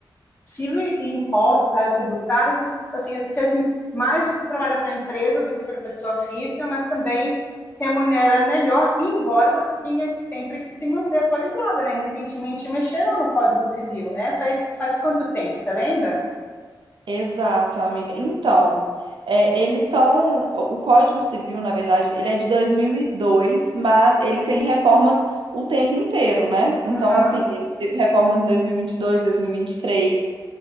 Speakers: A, on the left (about 25°); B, on the right (about 75°).
A: civil e impostos, área tributária, são assim, as que as, mais você trabalha para a empresa do que para a pessoa física, mas também remunera melhor, embora você tenha sempre que se manter atualizada, né? Recentemente mexeram no Código Civil, né? Faz, faz quanto tempo, você lembra?
B: Exato, amiga. Então, é, eles estão. O Código Civil, na verdade, ele é de dois mil e dois mas ele tem reformas o tempo inteiro, né? Então,
A: Aham,
B: assim, ele teve reformas em dois dois dois mil mil e vinte e dois, dois mil e vinte vinte e três